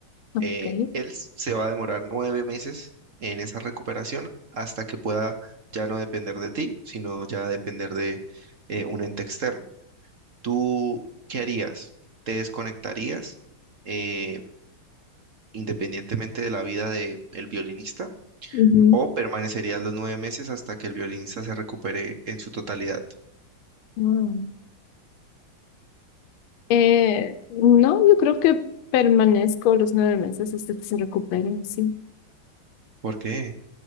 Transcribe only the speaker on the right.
Eh, él s- se va a demorar nueve meses en esa recuperación hasta que pueda ya no depender de ti, sino ya depender de eh, un ente externo. ¿Tú qué harías? ¿Te desconectarías eh, independientemente de la vida del violinista
o permanecerías los nueve meses hasta que el violinista se recupere en su totalidad?
¿Por qué?